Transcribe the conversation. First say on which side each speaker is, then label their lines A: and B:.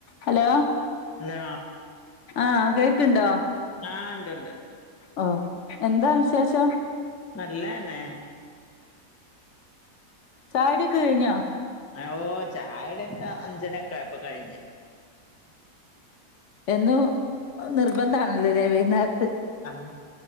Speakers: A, on the left; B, on the left.
A: ഹലോ
B: ഹലോ
A: ആഹ് കേക്ക്ണ്ടോ
B: ആഹ് ഉണ്ട്ണ്ട്
A: ഓ എന്താ വിശേഷം
B: നല്ലന്നെ
A: ചായ കുടിക്കെ കഴിഞ്ഞാ
B: ഓ ചായകുടിയൊക്കെ അഞ്ചരക്കെ ആയപ്പോ കഴിഞ്ഞ്
A: എന്നും നിർബന്ധമാണല്ലോ ദേവ എന്നർ
B: ആ